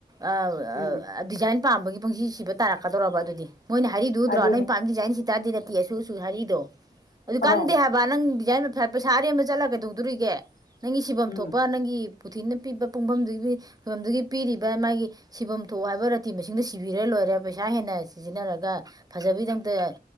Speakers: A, on the right (about 20°); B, on the left (about 65°).
A: ꯑ
B: ꯎꯝ
A: ꯗꯤꯖꯥꯏꯟ ꯄꯥꯝꯕꯒꯤ ꯄꯨꯡꯁꯤ ꯁꯤꯕ ꯇꯥꯔꯛꯀꯗꯧꯔꯕ ꯑꯗꯨꯗꯤ ꯃꯣꯏꯅ ꯍꯥꯏꯔꯤꯗꯨꯗꯥꯣ
B: ꯑꯗꯨꯅꯦ
A: ꯅꯣꯏ ꯄꯥꯝꯃꯤ ꯗꯤꯖꯥꯏꯅ ꯁꯤ <unintelligible> ꯍꯥꯏꯔꯤ ꯑꯗꯨ
B: ꯑꯧ
A: ꯀꯥꯟꯗꯦ ꯍꯥꯏꯕ ꯅꯪ <unintelligible> ꯄꯩꯁꯥ ꯑꯔꯦꯝꯕ ꯆꯠꯂꯒ ꯀꯗꯧꯗꯣꯔꯤꯒꯦ ꯅꯪꯒꯤ ꯁꯤꯐꯝ
B: ꯎꯝ
A: ꯊꯣꯛꯄ ꯅꯪꯒꯤ ꯄꯨꯊꯤꯅ ꯄꯤꯕ ꯄꯨꯡꯐꯝꯗꯨꯒꯤ ꯐꯤꯕꯐꯝꯗꯨꯒꯤ ꯄꯤꯔꯤꯕ ꯃꯥꯒꯤ ꯁꯤꯐꯝ ꯊꯣꯛ ꯍꯥꯏꯕ ꯔꯥꯇꯤ ꯃꯁꯤꯡꯗꯨꯣ ꯁꯤꯕꯤꯔ ꯂꯣꯏꯔꯦ ꯄꯩꯁꯥ ꯍꯦꯟꯅ ꯁꯤꯖꯤꯟꯅꯔꯒ ꯑꯗꯨꯒ ꯐꯖꯕꯒꯤꯗꯃꯛꯇ